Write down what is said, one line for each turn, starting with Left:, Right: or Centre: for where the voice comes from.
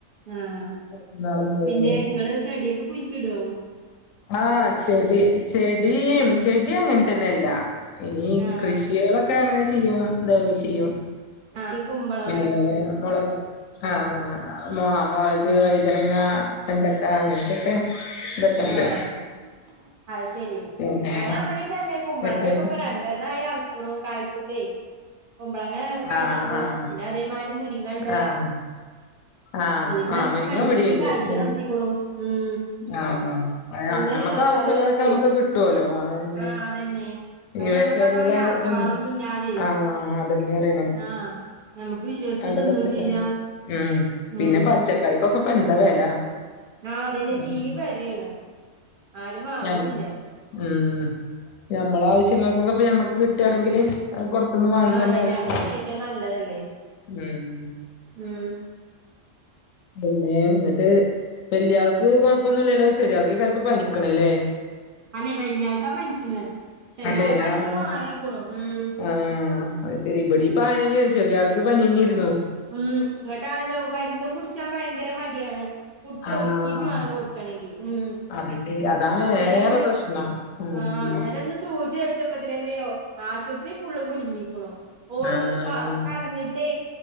Right: ആഹ്
Left: മൂന്നാളും പോയാല്
Right: പിന്നെ ഇങ്ങള് ചെടിക്കെ കുഴിച്ച്ടോ?
Left: ആഹ് ചെടി ചെടീം ചെടി അങ്ങനതന്നെല്ല. ഈ
Right: ആ
Left: കൃഷികളൊക്കെ അങ്ങനെ ചെയ്യും <unintelligible> ചെയ്യും.
Right: ആഹ് കുമ്പള്
Left: പിന്നെ മുളക് ആ മൊ മുളക്
Right: ആ
Left: വൈദ്യന അ വെണ്ടക്ക അങ്ങനതൊക്കെ ഇതൊക്കെണ്ട്.
Right: ആഹ് അത് ശെരി
Left: പിന്നെ
Right: ഞങ്ങള ഇവിടി തന്നെ കുമ്പളങ്ങൊക്കെ
Left: വെക്കേഷൻ
Right: ഇപ്പ രണ്ട് എണ്ണ യർക്ണു കായ്ച്ച്ട്ടെ കുമ്പളങ്ങ കായ്ച്ചിക്ക്ണു
Left: ആഹ് ആഹ്
Right: പിന്നെ അതേമാരി മുരിങ്ങണ്ട്
Left: ആഹ് ആഹ്
Right: അതേമാരി
Left: ആഹ്
Right: ഇപ്പൊ
Left: മുരിങ്ങ
Right: വെണ്ടക്കി
Left: ഇവിടെണ്ട്
Right: കാഴ്ച്ചലൊട്ത്തിക്ണു
Left: മുരി
Right: ഉം
Left: ആഹ് <unintelligible>
Right: പിന്നെ ഈ
Left: മ്മക്ക്
Right: എലക്കറികളൊക്കെ
Left: ആവശ്യള്ളതൊക്കെ നമ്മക്ക് ക്ട്ടൊല്ലോ അന്നെ
Right: ആഹ് അതന്നെ അയിന്
Left: ഈ വശള്ള
Right: നമ്മക്കപ്പൊ രാസവളൊന്നും
Left: ഇതൊ
Right: ഇല്ലാതെ
Left: ആ അതന്നെ അറിണേ
Right: ആഹ് ഞമ്മക്ക് വിശ്വസിച്ച്
Left: അല്ല <unintelligible>
Right: തിന്നും ചെയ്യാ
Left: ഉം പിന്നെ
Right: ഉം
Left: പച്ചക്കറിക്കൊക്കെ ഇപ്പ ന്താ വെല.
Right: ആഹ് അതന്നെ
Left: ഉം
Right: തീ വെലേണ് ആരും വാങ്ങൂല്ല
Left: ഞം ഉം ഞമ്മള ആവശ്യങ്ങൾക്കൊക്കെ ഇപ്പൊ ഞമ്മക്ക് ക്ട്ടാണെങ്കില് അത് പുറത്ത്ന്ന്‌ വാങ്ങിക്കണ്ട
Right: ആഹ് അതന്നെ
Left: ആവശ്യല്ല
Right: അതല്ലേ ഏറ്റവും നല്ലതല്ലേ
Left: ഉം
Right: ഉം
Left: പിന്നെ എന്നിട്ട് വെല്ല്യാൾക്ക് കൊഴപ്പൊന്നുല്ലല്ലോ ചെറിയാൾക്ക് കാരം പ്പോ പനിക്ക്ണേ ല്ലേ
Right: അല്ലേ വല്ല്യാൾക്കാ പന്ച്ണെ ചെറിയാള
Left: അതെ
Right: പനിപ്പോ
Left: ആഹ്
Right: മാറിക്ക്ണു ഉം
Left: ആഹ് അത് ശെരി ഇബടിം <unintelligible> ചെറിയാൾക്ക് പനിന്നെരുന്നു.
Right: ഉം ഇങ്ങട്ടാണല്ലോ മര്ന്നും കുട്ച്ചാ ഭയങ്കര മടിയാണ് കുട്ച്ച്
Left: ആഹ്
Right: ഒതുക്കിട്ടു വാണം കൊട് ട്ടണെങ്കി ഉം
Left: അത് ശെരി അതാണ്
Right: ഇന്നലങ്ങട്ട്
Left: ഏറെ പ്രശ്നം ഉം
Right: ആ ഇന്നല സൂജി വെച്ച പതന്നെയോ ആശുത്രി ഫുള്ള് കുലിങ്ങിക്ക്ണു ഓള്
Left: ആഹ്
Right: വ കരഞ്ഞിട്ടേ